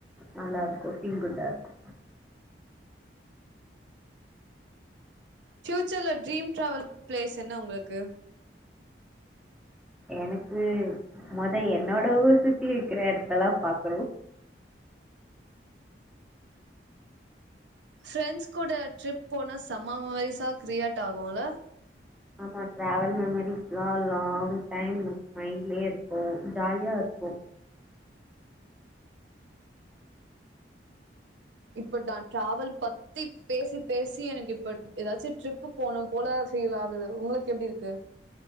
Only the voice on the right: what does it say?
ஃபயூச்சர்ல ட்ரீம் டிராவல் பிளேஸ் என்ன உங்ளுக்கு
ஃபரெண்ட்ஸ் கூட ட்ரிப் போன செம்ம மெமரிஸா கிரியேட் ஆகும்ல
இப்ப டா டிராவல் பத்தி பேசி பேசி எனக்கு இப்ப ஏதாச்சும் ட்ரிப்பு போனோம் போல ஃபீல் ஆகுது உங்களுக்கு எப்படி இருக்கு